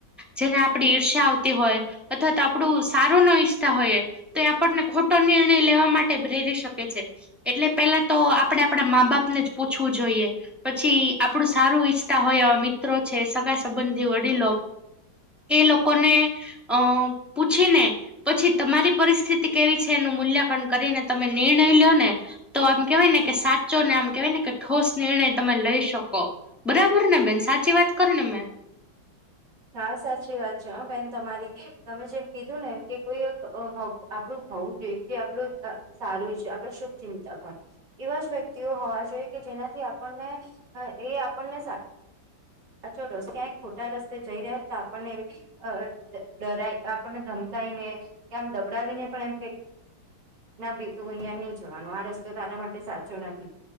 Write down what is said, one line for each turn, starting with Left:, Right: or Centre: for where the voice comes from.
Centre: જેને આપડી ઈર્ષ્યા આવતી હોય અથવા તો આપડુ સારું ન ઈચ્છતા હોય તો એ આપણને ખોટો નિર્ણય લેવા માટે પ્રેરી શકે છે એટલે પેલા તો આપડે આપડા મા બાપને જ પૂછવું જોઈએ પછી આપડું સારું ઈચ્છતા હોય એવા મિત્રો છે સગા સંબંધી વડીલો એ લોકો ને અ પૂછીને પછી તમારી પરિસ્થિતિ કેવી છે એનું મૂલ્યાંકન કરીને તમે નિર્ણય લો ને તો આમ કેવાય ને કે સાચો ને આમ કેવાય ને કે ઠોસ નિર્ણય તમે લઈ શકો બરાબર ને બેન સાચી વાત કરુ ને મેં
Right: હા સાચી વાત છે હ બેન તમારી તમે જેમ કીધું ને એમ કે કોઈ એક આપડુ હોવ જોઈ છે આપડુ સારું છે આપડે શુભ ચિંતા હો એવા જ વ્યક્તિઓ હોવા જોઈએ કે જેનાથી આપણને એ આપણને સા સાચો રસ્તે ક્યાંક ખોટા રસ્તે જઈ રહ્યા છે આપણને એ અ ડરાય આપણને ધમકઈને કે આમ દબડાવીને પણ એમ કે ના ભાઈ તું અહિયાં નહી જવાનું આ રસ્તો તારા માટે સાચો નથી